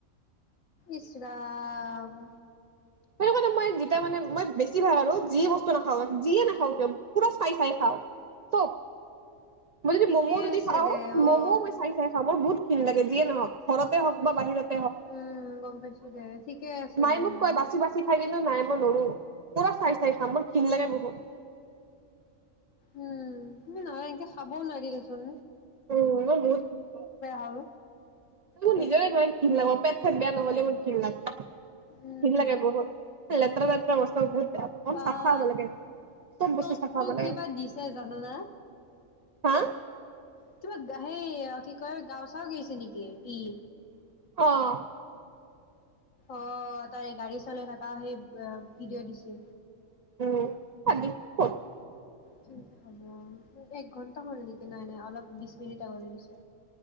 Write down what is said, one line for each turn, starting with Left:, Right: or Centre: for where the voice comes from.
Left: ইচৰাম উম
Right: সেই কাৰণে মই যেতিয়া মানে মই বেছি ভাগ আৰু যিয়ে বস্তু নাখাওঁ যিয়ে নাখাওঁ কিয় পুৰা চাই চাই খাওঁ চব মই যদি
Left: ঠিকে
Right: ম'ম যদি
Left: আছে
Right: খাও
Left: দে
Right: ম'মও
Left: অ
Right: মই চাই চাই খাওঁ মই বহুত কিন লাগে যিয়ে নহওক ঘৰতে হওক বা বাহিৰত
Left: উম গম পায়ছু দেহ ঠিকে
Right: মায়ে
Left: দে
Right: মোক
Left: ভাই
Right: ক বাচি বাচি খাই নাই মই নৰো পুৰা চাই চাই খাম বোৰ ভিন লাগে বহুত <inaudible>
Left: উম নহ এনেকে খাবও নোৱাৰিলচোন
Right: উ মই বহুত ভ পাওঁ
Left: হ'ল
Right: মোৰ
Left: চেচ
Right: নিজৰ একাৰেণ লাগে পেট চেট বেয়া নহলে মোৰ ঘিন
Left: উম
Right: লাগে বহুত লেতেৰা সমস বহুত <unintelligible>
Left: অ'
Right: চাফা হ'ব লাগে চব বস্তু
Left: তটটো
Right: চাফা হ'ব লাগে
Left: কিবা দিছে জানানা।
Right: হা
Left: কিবা কি কয় গাঁও চাও গেছি নেকি? <unintelligible>
Right: অ'।
Left: অ' তাৰে গাড়ী চলাই থাকা সেই ভিডিঅ' দিছে।
Right: উম <unintelligible>
Left: কি হ'ব এক ঘন্টা হ'ল নেকি নাই নাই অলপ বিশ মিনিট আগটে দিছো।